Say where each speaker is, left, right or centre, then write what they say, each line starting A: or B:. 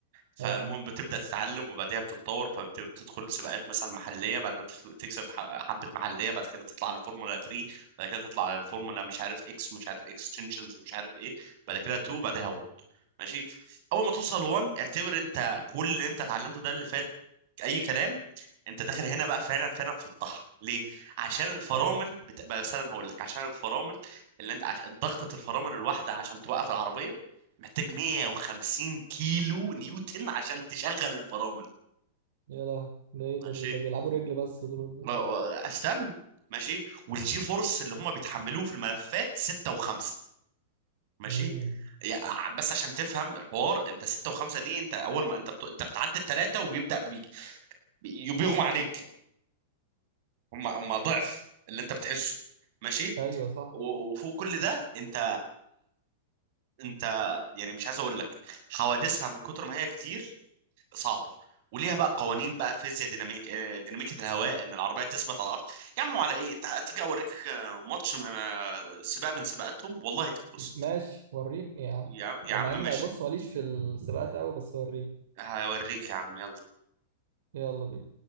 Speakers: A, on the right; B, on the right.
A: فالمهم
B: اه
A: بتبدأ تتعلم وبعديها بتتطور فبتدخل سباقات مثلا محلية بعد ما تف- تكسب ح- حبة محلية بعد كده تطلع على الفورمولا 3 بعد كده تطلع على الفورمولا مش عارف اكس ومش عارف اكستنشنز ومش عارف ايه بعد كده 2 بعدها 1 ماشي اول ما توصل 1 اعتبر انت كل اللي انت اتعلمته ده اللي فات اي كلام انت داخل هنا بقى فعلا فعلا في الطحن ليه عشان الفرامل
B: اه
A: بتبقى مثلا هقول لك عشان الفرامل اللي انت عش... ضغطة الفرامل الواحدة عشان توقف العربية محتاج 150 كيلو نيوتن عشان تشغل الفرامل
B: يا لهوي ده ايه
A: ماشي
B: ده بي- ده بيلعبوا رجل بس دول ده
A: و- و- استنى ماشي والجي فورس اللي هم بيتحملوه في الملفات 6 و5 ماشي
B: مم.
A: يعني بس عشان تفهم الحوار انت 6 و5 دي انت اول ما انت بت... انت بتعدي الثلاثه وبيبدأ بي... بي- بيغمى عليك هم هم ضعف اللي انت بتحسه ماشي
B: ايوه صح
A: و- وفوق كل ده انت انت يعني مش عايز اقول لك حوادثها من كتر ما هي كتير صعبه وليها بقى قوانين بقى فيزياء ديناميك آه، ديناميكية الهواء ان العربيه تثبت على الارض يا عم على ايه تع- تيجي اوريك آه، ماتش آه، سباق من سباقاتهم والله تتبسط
B: م- ماشي وريني يا عم
A: يا يا
B: آه،
A: عم
B: مع اني
A: ماشي
B: ما يبص ماليش في السباقات قوي بس وريني
A: هوريك يا عم يلا
B: يلا بينا